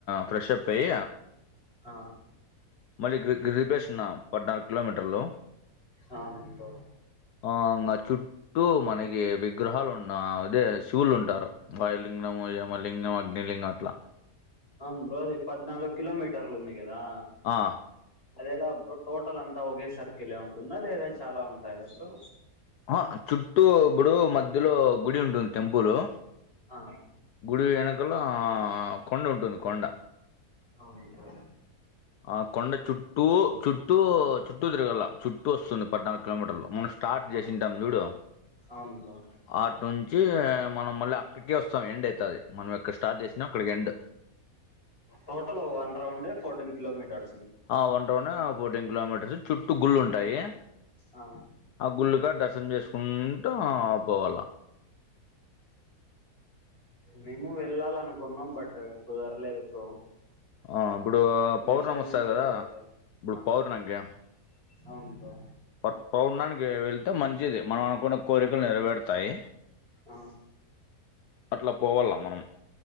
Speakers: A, on the left; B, on the left.
A: ఫ్రెష్ప్ పెయి
B: ఆ
A: మళ్ళీ గిరి గిరి ప్రదక్షిణ పద్నాలుగు కిలోమీటర్లు
B: అవును బ్రో
A: ఆ ఇంగ చుట్టూ మనకి విగ్రహాలు ఉన్నా అదే శివుళ్ళు ఉంటారు వాయులింగము యమలింగము అగ్నిలింగ అట్లా
B: అవును బ్రో అది పద్నాలుగు కిలోమీటర్లు ఉంది కదా
A: ఆ
B: అదెలా బ్రో టోటల్ అంతా ఒకే సర్కిలే ఉంటుందా లేదా చాలా ఉంటాయా బ్రో
A: ఆహ‌ చుట్టూ ఇప్పుడు మధ్యలో గుడి ఉంటుంది టెంపులు
B: ఆ
A: గుడి ఎనుకల్ల కొండ ఉంటుంది కొండ
B: అవును బ్రో
A: ఆ కొండ చుట్టూ చుట్టూ చుట్టూ తిరగల చుట్టూ వస్తుంది పద్నాలుగు కిలోమీటర్లు మన స్టార్ట్
B: ఆ
A: చేసింటాం చూడు
B: అవును బ్రో
A: అ టునుంచి మనం మళ్ళీ అక్కడికే వస్తాం ఎండ్ అయితది మనం ఎక్కడ స్టార్ట్ చేసినం అక్కడికి ఎండ్
B: టోటల్ వన్ రౌండే ఫోర్టీన్ కిలోమీటర్
A: ఆ వన్ రౌండే ఫోర్టీన్ కిలోమీటర్స్ చుట్టూ గుళ్ళు ఉంటాయి
B: ఆ
A: ఆ గుళ్ళు కాడ దర్శనం చేసుకుంటూ పోవల్ల
B: మేము వెళ్ళాలనుకున్నాం బట్ కుదర్లేదు బ్రో
A: ఆ ఇప్పుడు పౌర్ణమి
B: నెక్స్ట్ టైం
A: వస్తాది
B: ట్రై
A: కదా
B: చేయాలి
A: ఇప్పుడు
B: ఆ
A: పౌర్ణమికి
B: అవును బ్రో
A: బట్ పౌర్ణానికి వెళ్తే మంచిది మనం అనుకున్న కోరికలు నెరవేరుతాయి
B: ఆ
A: అట్లా పోవాల మనం